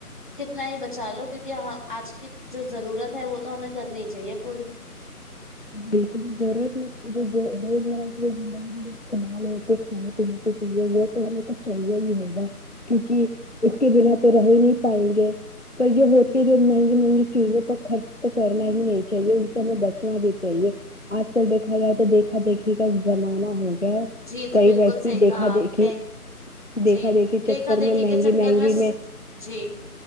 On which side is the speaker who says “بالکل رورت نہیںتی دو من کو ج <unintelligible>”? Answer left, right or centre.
Left